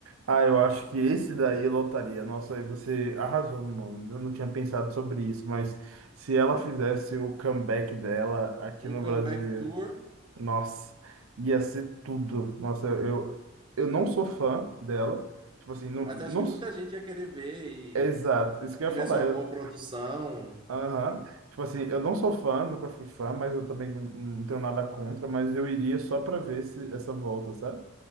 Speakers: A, on the right; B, on the right.
A: Ah, eu acho que esse daí lotaria. Nossa, aí você arrasou no nome. Eu não tinha pensado sobre isso, mas se ela fizesse o comeback dela aqui
B: um
A: no
B: comeback
A: Brasil,
B: tour.
A: nossa, ia ser tudo. Nossa, eu, eu não sou fã dela. Tipo assim, não,
B: Mas
A: não...
B: eu acho que muita gente ia querer ver e
A: Exato, isso que
B: se
A: eu
B: tivesse
A: ia falar.
B: uma boa produção.
A: Aham. Tipo assim, eu não sou fã, nunca fui fã, mas eu também não, não tenho nada contra, mas eu iria só para ver se essa volta, sabe?